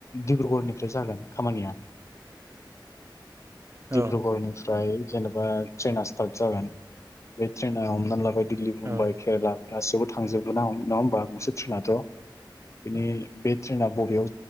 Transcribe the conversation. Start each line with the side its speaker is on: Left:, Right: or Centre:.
Left: डिब्रुगड़निफ्राय जागोन खामानिया।
Right: औ
Left: डिब्रुगड़निफ्राय जेनेबा ट्रेना स्टार्ट जागोन। बे ट्रेना हमनानै लाबाय दिल्ली, मुमबाइ,
Right: औ
Left: केरेला गासैयावबो थांजोबगोना नङा होमबा गंसे ट्रेनाथ'। बिनि
Right: औ
Left: बे ट्रेना बबेयाव